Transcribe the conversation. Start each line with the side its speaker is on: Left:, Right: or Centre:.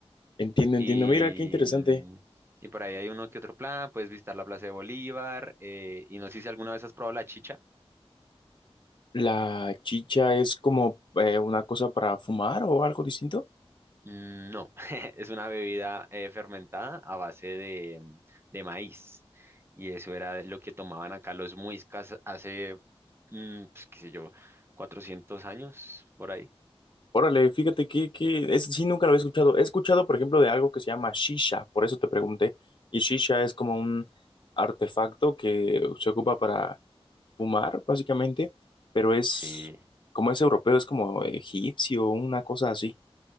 Left: entiendo,
Right: Y,
Left: entiendo. Mira, qué interesante.
Right: mm, y por ahí hay uno que otro plan, puedes visitar la Plaza de Bolívar. eh, y no sé si alguna vez has probado la chicha.
Left: La chicha es como eh, una cosa para fumar o algo distinto.
Right: Mm, No, <laughs> es una bebida eh, fermentada a base de, mm, de maíz. Y eso era lo que tomaban acá los muiscas hace, mm, pues, qué sé yo, 400 años por ahí.
Left: Órale, fíjate que, que es, sí, nunca lo había escuchado. He escuchado, por ejemplo, de algo que se llama shisha, por eso te pregunté. Y shisha es como un artefacto que se ocupa para fumar, básicamente, pero es,
Right: Sí,
Left: como es europeo, es como egipcio, una cosa así.